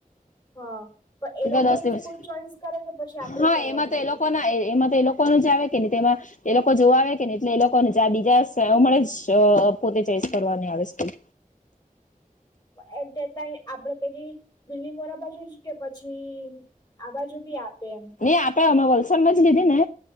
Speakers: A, on the left (about 30°); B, on the left (about 60°).
A: હા પણ એ લોકો
B: દસ દિવસ
A: સ્કૂલ ચોઈસ કરે કે પછી આપડે
B: હા
A: કરવાની
B: એમાં તો
A: રહી
B: એ લોકો ના એમાં તો એ લોકો કોનું જ આવે કે નહી તેમાં એ લોકો જોવા આવે કે ને એટલે એ લોકોને જ બીજા મળે જ પોતે ચોઈસ કરવાની આવે સ્કૂલ.
A: આપડે પેલી બીલીમોરા બાજુ કે પછી આ બાજુ બી આપે એમ
B: નઈ આપ્યા મે વલસાડમાં જ લીધી ને